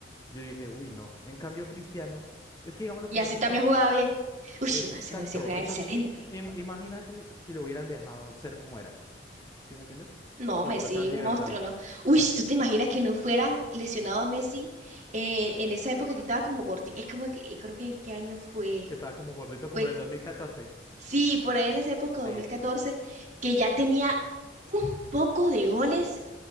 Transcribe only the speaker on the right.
Y
así
también jugaba bien. Uy,
no, ese Messi juega
excelente.
No,
Messi,
un
monstruo, ¿no? Uy, ¿tú te imaginas que no fueran lesionado a Messi en, en esa época que estaba como gordi? Es como que, eh, creo que en qué año fue.
Fue, Uy,
sí, por ahí en esa época,
dos mil catorce que ya tenía un poco de goles